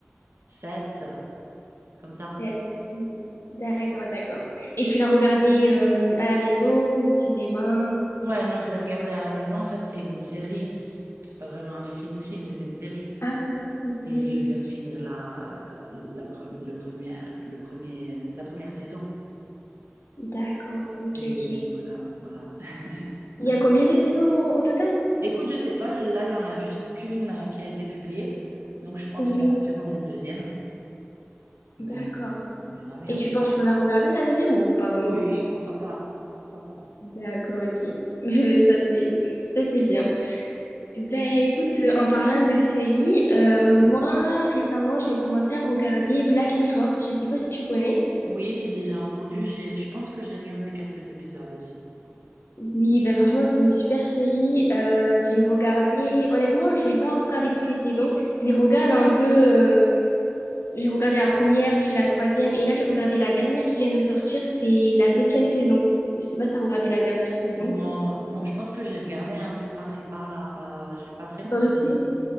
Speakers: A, on the right; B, on the left.
A: 7, comme ça.
B: Pet Cemetery. D'accord, d'accord. Et tu l'as regardé euh, à la maison, au cinéma?
A: Ouais,
B: Tu
A: non,
B: l'as regardé.
A: je l'ai regardé à la maison. En fait, c'est une série. C'est pas vraiment un film-film, mais c'est une série.
B: Ah, d'accord. Oui, oui,
A: Et je viens
B: oui.
A: de finir la, la, pre- le première, le premier, la première saison.
B: D'accord, ok,
A: Et
B: ok. Il
A: voilà, voilà. <laughs>
B: y
A: Ah, c'est
B: a combien
A: bon.
B: de saisons au total?
A: Écoute, je sais pas, là, il y en a juste qu'une euh, qui a été publiée. Donc, je pense
B: Oui.
A: qu'il y en a sûrement une deuxième. Mais
B: D'accord.
A: on verra bien.
B: Et tu penses que tu vas la regarder la deuxième ou pas vraiment?
A: Oui, pourquoi pas. Pourquoi pas.
B: D'accord, ok. <laughs> Mais ça c'est ça c'est bien. Ben écoute, euh, en parlant de séries, euh, moi récemment j'ai commencé à regarder Black Mirror. Je sais pas si tu connais.
A: Oui, j'ai déjà entendu. J'ai, je pense que j'ai regardé quelques épisodes aussi.
B: Oui, ben franchement, c'est une super série. Euh, j'ai regardé, honnêtement, j'ai pas regardé toutes les saisons. Je les regarde un peu. euh, J'ai regardé la première, puis la troisième, et là j'ai regardé la dernière qui vient de sortir. C'est la septième saison. Je sais pas si t'as regardé la dernière saison.
A: Non, non, je pense que j'ai regardé un peu par-ci par-là. Pas, j'ai pas vraiment
B: Toi
A: suivi.
B: aussi.